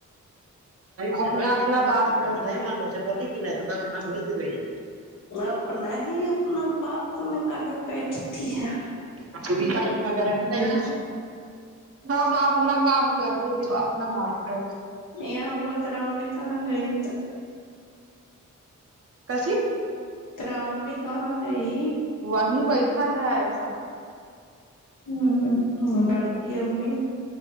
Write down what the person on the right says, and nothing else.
اپنا اپنا بات کر رہے ہیں <inaudible>
<inaudible> ہم اپنا کام کر رہے اپنا کام کر
کسی
وہیں بیٹھا ہے ایسا